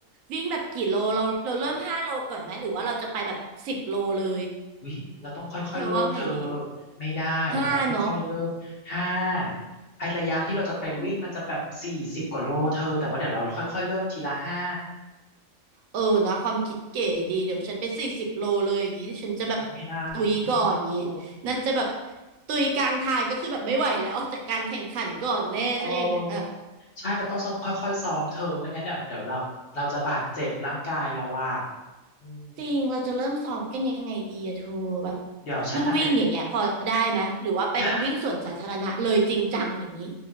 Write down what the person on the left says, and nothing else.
วิเราต้องค่อยๆเริ่มเธอ
ไม่ได้เราต้องค่อยๆเริ่มห้า
ไอระยะที่เราจะไปวิ่งมันจะแบบสี่สิบกว่าโลเธอแต่ว่าเดี๋ยวเราค่อยๆเริ่มทีละห้า
โอ้ไม่ได้ไม่ได้เธอ
โอ้ใช่มันต้องซ้อมค่อยๆซ้อมเธอไม่งั้นเดี๋ยวเดี๋ยวเราเราจะบาดเจ็บร่างกายเราว่าอืม
เดี๋ยวฉันน่ะไป
ได้